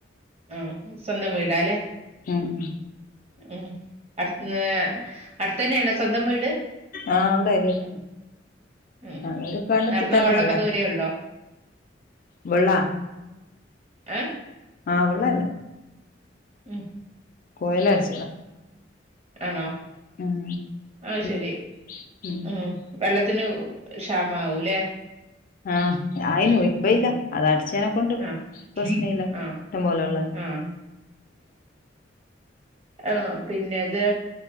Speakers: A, on the right; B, on the left.
A: ആ സ്വന്തം വീടാല്ലേ
B: ഉം ഉം
A: ഉം അട്ത്ന് അട്ത്തന്നേണോ സ്വന്തം വീട്.
B: ആഹ് ഇവിടെ അരിയത്തന്നെ
A: ഉം
B: അതൊരു കണ്ടത്തി
A: നടന്നോവാള്ളൊക്കെ
B: തന്നെയല്ലേ
A: ദൂരേ ഉള്ളോ
B: വെള്ളാ
A: ഏ
B: ആഹ് വെള്ളല്ലേ
A: ഉം
B: കൊയലടിച്ചതാ
A: ആണോ
B: ഉം
A: അത് ശരി
B: <unintelligible>
A: ഉം വെള്ളത്തിന് ക്ഷാമാകൂല്ലെ
B: ആഹ് ആയിന് ഇപ്പ ഇല്ല
A: ഉം
B: അത അടിച്ചേനെ കൊണ്ട്
A: ആഹ്
B: പ്രശ്നല്ല
A: ആഹ്
B: ഇഷ്ടം പോലെ.
A: ആഹ് ആ പിന്നെത്